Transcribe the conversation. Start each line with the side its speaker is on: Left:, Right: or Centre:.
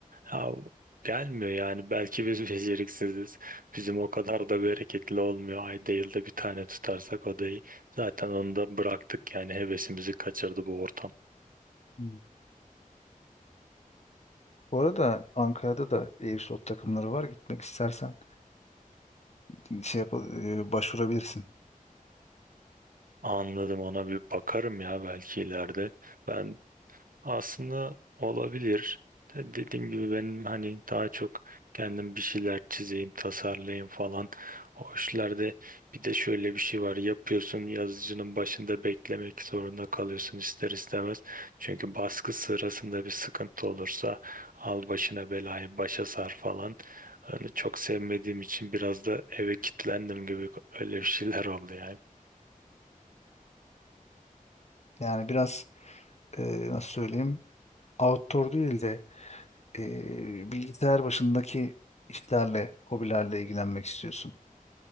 Right: Ya gelmiyor yani. Belki biz <laughs> beceriksiziz. Bizim o kadar da bereketli olmuyor. Ayda yılda bir tane tutarsak odayı. Zaten onu da bıraktık yani hevesimizi kaçırdı bu ortam.
Left: Hmm. Bu arada Ankara'da da e-spor takımları var. Gitmek istersen e, şey yap, e, başvurabilirsin.
Right: Anladım ona bir bakarım ya belki ileride. Ben aslında olabilir. De- dediğim gibi benim hani daha çok kendim bir şeyler çizeyim, tasarlayayım falan. O işlerde bir de şöyle bir şey var. Yapıyorsun yazıcının başında beklemek zorunda kalıyorsun ister istemez. Çünkü baskı sırasında bir sıkıntı olursa al başına belayı başa sar falan. Hani çok sevmediğim için biraz da eve kilitlendim gibi öyle bir şeyler oldu yani.
Left: Yani biraz e, nasıl söyleyeyim outdoor değil de e, bilgisayar başındaki işlerle, hobilerle ilgilenmek istiyorsun